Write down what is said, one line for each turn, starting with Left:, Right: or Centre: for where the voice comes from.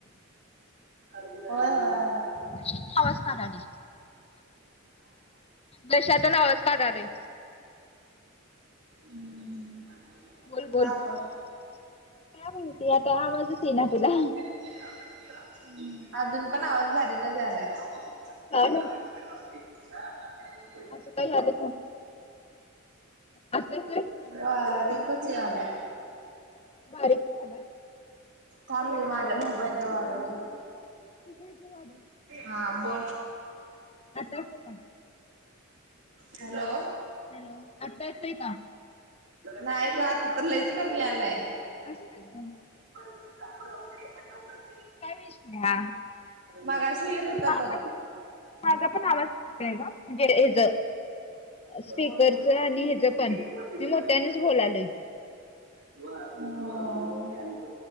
Right: होय होय आला.
Left: बा <inaudible> आवाज काढायली कशातून आवाज काढाल.
Right: हम्म
Left: बोल बोल
Right: का
Left: काय
Right: ग
Left: म्हणती आता आवाजच येईना तुझा.
Right: हम् अजून पण आवाज बारीकच यायलाय. <unintelligible>
Left: काय अस काय झालं आता येतोय
Right: हा रिकच यायलाय.
Left: बारीक झाला.
Right: थांब मी माझ्या मोबाईलचा वाढवते.
Left: <unintelligible>
Right: हां. बोल.
Left: आता येतोय का?
Right: हॅलो.
Left: हॅलो. आत्ता येतोय का?
Right: नाही ग. आता तर लईच कमी यायलाय.
Left: असं कस?
Right: बरं तुझं चालू राहू दे. पण लवकर -
Left: <unintelligible> ना.
Right: मगाशी येत होता
Left: माझा
Right: बघ.
Left: पण, माझा पण आवाज येतोय ना? <unintelligible>
Right: सहभागी
Left: स्पीकरच
Right: होण्यासाठी
Left: आणि ह्याचं
Right: स्क्रीनवर
Left: पण.
Right: दिलेल्या
Left: मी मोठ्यानेच बोलायलोय.
Right: हां. व.